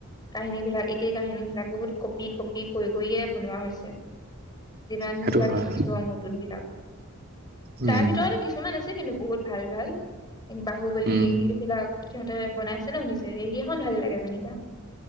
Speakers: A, on the left; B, on the right.
A: কাহিনী বিলাক একেই কাহিনী বিলাক বহুত কঁপি কঁপি <unintelligible> কৰিয়ে বনোৱা হৈছে যিমান
B: সেইটো
A: বিলাক
B: হয়।
A: দেখিছো আৰু নতুন বিলাক।
B: উম,
A: তাৰ ভিতৰতে কিছুমান আছে কিন্তু বহুত ভাল ভাল। বাহুবলি
B: উম,
A: সেইবিলাক। সিহঁতে বনাইছে ন নিজে <unintelligible> <unintelligible> ভাল লাগে যেনিবা